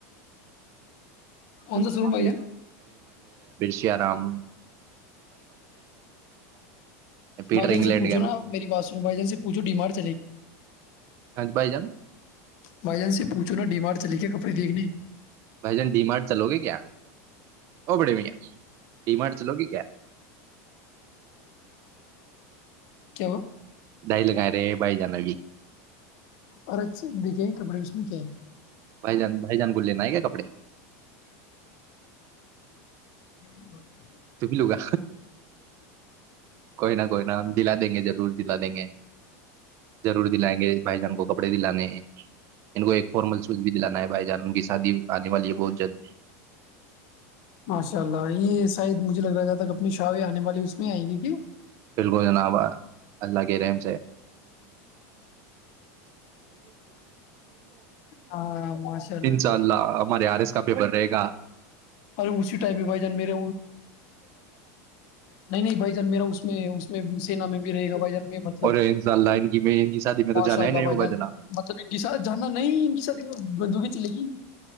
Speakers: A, on the left (about 50°); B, on the right (about 35°).
A: کون
B: <unintelligible>
A: سا سنو بھائی جان
B: کیا رام پیٹر
A: بائی جان
B: انگلینڈ
A: سے پوچھو نا میری بات سنو بھائی جان سے پوچھو ڈیماری
B: پ بائی جان
A: بھائی جان سے پوچھو نا ڈیمار چلی کے کپڑے دیکھنے
B: بھائی جان ڈی مارٹ چلو گے کیا اور بڑے بھیا ڈی مارٹ چلو گے کیا
A: کیا ہوا
B: ڈائی لگیا ر بائی جانگی
A: اور اچھا دیکھے ہیں کپڑے اس میں کیا <inaudible> <inaudible>
B: بھائی جان بھائی جان کو لینا ہے کیا کپڑے
A: <unintelligible>
B: تو لگا کوئی نا کوئی نا ہم دلا دیں گے ضرور دلا دیں گے ضور دلائ گے بھائی جان کو کپڑے دلانے نہیں ان کو ایک فارمل سوز بھی دلانا ہے بھائی جانا ان کی شادی آنے والی ہے بہت جلد
A: ماشاء ال یہ س مجھے لگ رہا جاتا کہ اپنی شاہی آنے والی اس میں آئیں گی کہ
B: بالکل جناب اللہ کہ رہےم
A: ہاں ماشاء
B: انشاء اللہ ہمارے آر ایس کا پیپر رہے گا
A: ار اسی ٹائم میں بھائی جان میرے نہیں نہیں بھائی جان میرا اس میں اس میں سینا میں بھی رہے گا بھائی جان میں مطلب
B: اور ان شاء اللہ ان کی میں ان کی شادی میں تو
A: ماشاء
B: جانا
A: اللہ
B: ہی نہیں
A: بھائی
B: ہوگا
A: جان
B: جناب
A: مطلب ان کے ساتھ جانا نہیں ان ساتھ بندوقی چلے گی